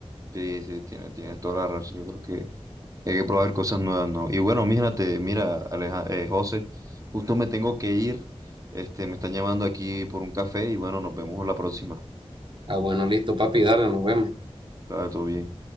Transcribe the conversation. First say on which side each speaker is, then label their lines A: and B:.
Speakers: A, on the right; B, on the right.
A: Sí, sí, tienes, tienes toda la razón. Yo creo que hay que probar cosas nuevas, ¿no? Y bueno, mírate, mira, Aleja, eh, José, justo me tengo que ir. Este, me están llamando aquí por un café y bueno, nos vemos la próxima.
B: Ah, bueno, listo, papi, dale, nos vemos.
A: Está todo bien.